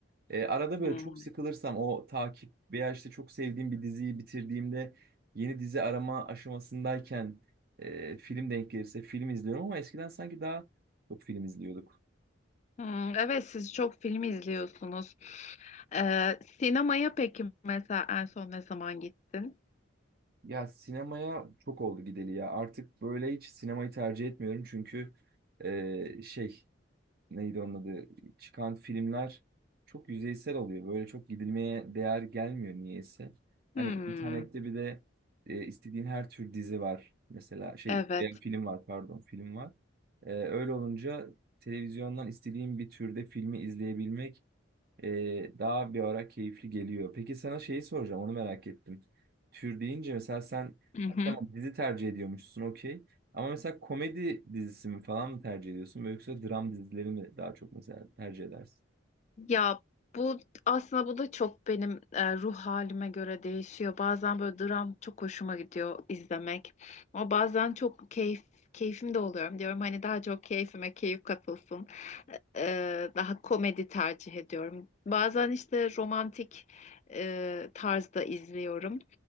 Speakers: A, on the right; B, on the left.
A: E, arada
B: hmm,
A: böyle çok sıkılırsam o takip veya işte çok sevdiğim bir diziyi bitirdiğimde yeni dizi arama aşamasındayken e, film denk gelirse film izliyorum ama eskiden sanki daha çok film izliyorduk.
B: hmm. Evet, siz çok film izliyorsunuz. E, sinemaya peki mesela en son ne zaman gittin?
A: Ya sinemaya çok oldu gideli ya. Artık böyle hiç sinemayı tercih etmiyorum çünkü e, şey neydi onun adı çıkan filmler çok yüzeysel oluyor. Böyle çok gidilmeye değer gelmiyor niyeyse. Hani
B: Hmm,
A: internette bir de e, istediğin her tür dizi var. Mesela şey
B: evet.
A: veya film var pardon film var. E, öyle olunca televizyondan istediğin bir türde filmi izleyebilmek e, daha bir ara keyifli geliyor. Peki sana şeyi soracağım, onu merak ettim. Tür deyince mesela sen
B: Hı hı.
A: hani tamam dizi tercih ediyormuşsun okey. Ama mesela komedi dizisi mi falan mı tercih ediyorsun? Yoksa dram dizileri mi daha çok mesela tercih edersin?
B: Ya bu aslında bu da çok benim e, ruh halime göre değişiyor. Bazen böyle dram çok hoşuma gidiyor izlemek. Ama bazen çok keyif keyfim de oluyorum diyorum. Hani daha çok keyfime keyif katılsın. E, daha komedi tercih ediyorum. Bazen işte romantik e, tarzda izliyorum.